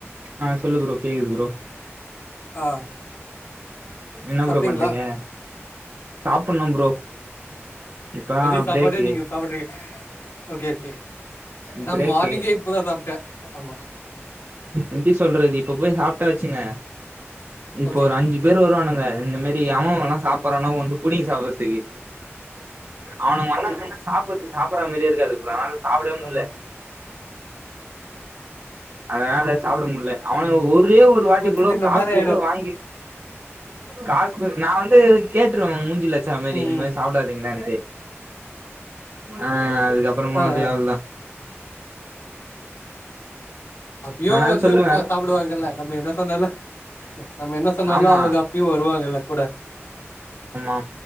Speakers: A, on the right (about 50°); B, on the left (about 70°).
A: அ சொல்லு ப்ரோ கேக்குது ப்ரோ
B: ஆ
A: என்ன
B: சாப்ட்டீங்களா
A: ப்ரோ பண்றீங்க சாப்புட்ணு ப்ரோ இப்பதா
B: மதிய சாப்பாடே
A: பிரேக்கு
B: நீங்க சாப்பிட்டு ஓகே ஓகே நா
A: பிரேக்கு
B: மார்னிங்கே இப்பதா சாப்ட்டே ஆமா
A: எப்டி சொல்றது இப்ப போய் சாப்ட்டாச்சுங்க இப்ப
B: ஓகே
A: ஒரு அஞ்சு பேர் வருவானுங்க இந்த மாரி எவெஎவெல்லா சாப்பற்றானோ வந்து புடுங்கி சாப்பற்றதுக்கு அவனுங்க வந்தானுகனா சாப்பற்றதுக்கு சாப்பற்ற மாரியே இருக்காது ப்ரோ அதுனால சாப்டவே முட்ல
B: ஆமா
A: அதுனால சாப்ட முடில அவனுங்க
B: ம்
A: ஒரே
B: ம்
A: ஒரு வாட்டிக்கூட
B: கொத்தி தின்ன
A: காசு
B: மாரி
A: குடுத்து
B: ஆயிடு
A: வாங்கி காசு குடு நா வந்து கேட்டுருவே மூ மூஞ்சீலா அச்சா மாரி
B: ம்
A: இந்த
B: ம்
A: மாரி சாப்டாதிங்கடான்டு அ அதுக்கப் பறமா
B: ஆ
A: அப்டியே
B: ஆ
A: அவ்ளதா
B: அப்பயு
A: அதனால
B: வந்து
A: சொல்லுவே
B: ப சாப்டுவாங்கல்ல நம்ம என்ன சொன்னாலு நம்ம என்ன சொன்னாலு
A: ஆமா
B: அவ்ங்க டிவோ வருவாங்கல்ல கூட
A: ம்